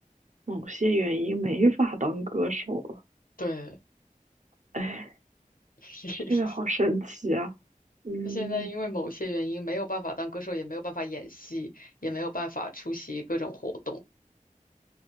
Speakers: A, on the right; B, on the left.
A: 某些原因没法当歌手了，
B: 对，
A: 哎，
B: <laughs>
A: 这个好神奇啊，嗯。
B: 他现在因为某些原因没有办法当歌手，也没有办法演戏，也没有办法出席各种活动。